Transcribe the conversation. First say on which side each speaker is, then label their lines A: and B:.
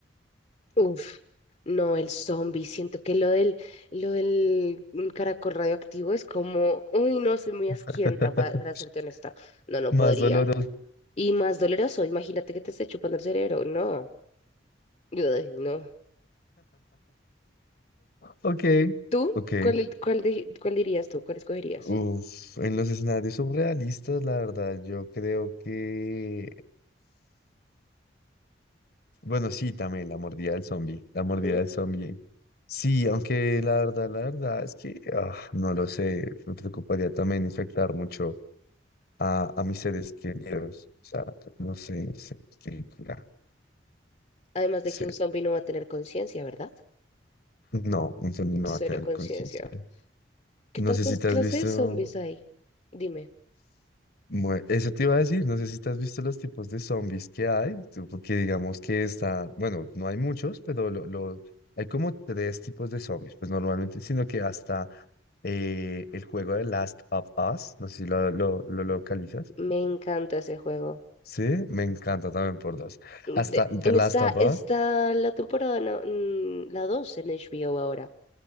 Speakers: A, on the left; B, on the left.
A: Uf, no, el zombie. Siento que lo del, lo del mm, caracol radioactivo es como, uy, no, soy muy asquienta,
B: <laughs>
A: pa- para, serte honesta. No, no
B: Más
A: podría.
B: doloroso.
A: Y más doloroso, imagínate que te esté chupando el cerebro. No, Ay, no.
B: Ok,
A: ¿Tú?
B: ok.
A: ¿Cuál, cuál, di- cuál dirías tú? ¿Cuál escogerías?
B: Uf, en los escenarios surrealistas, la verdad, yo creo que... Bueno, sí, también la mordida del zombie. La mordida
A: ¿Mm?
B: del zombie Sí, aunque la verdad, la verdad es que ah, no lo sé, me preocuparía también infectar mucho a, a mis seres queridos. O sea, no sé, sé que- ya,
A: Además
B: sé.
A: de que un zombie no va a tener conciencia, ¿verdad?
B: No, entonces no
A: Cero
B: va a tener
A: conciencia.
B: conciencia.
A: ¿Qué tantas
B: No sé si te
A: clases
B: has visto
A: de zombies hay? Dime,
B: Bueno, eso te iba a decir, no sé si te has visto los tipos de zombies que hay, tú, porque digamos que está, bueno, no hay muchos, pero lo, lo- hay como tres tipos de zombies, pues normalmente, sino que hasta eh, el juego de Last of Us, no sé si lo, lo, lo localizas,
A: me encanta ese juego.
B: sí, me encanta también por dos.
A: de-
B: Hasta The
A: en
B: Last
A: esta,
B: of Us,
A: esta, la temporada, no, mm, la 2 en HBO ahora.